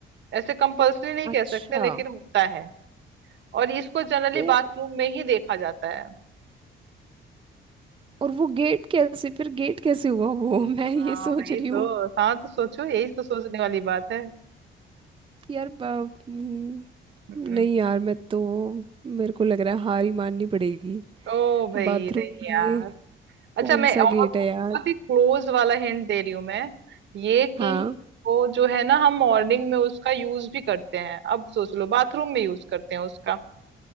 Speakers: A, on the right; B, on the right.
A: ऐसे कंपल्सरी नहीं
B: <laughs>
A: कह
B: अच्छा
A: सकते लेकिन होता है और इसको जनरली
B: तो यार
A: बाथरूम में ही देखा जाता है
B: और वो गेट कैसे फिर गेट कैसे हुआ वो <laughs> मैं ये
A: हाँ
B: सोच
A: वही
B: रही
A: तो
B: हूँ
A: हाँ तो सोचो यही तो सोचने वाली बात है
B: यार बा- हम्म,
A: हम्म,
B: नहीं यार मैं तो मेरे को लग रहा है हार ही माननी पड़ेगी
A: ओ भाई
B: बाथरूम
A: नहीं
B: में
A: यार अच्छा
B: कौन
A: मैं
B: सा
A: और
B: गेट है
A: बहुत
B: यार
A: ही क्लोज वाला हिंट दे रही हूँ मैं ये कि
B: हाँ
A: वो जो है ना हम मॉर्निंग में उसका यूज भी करते हैं अब सोच लो बाथरूम में यूज करते हैं उसका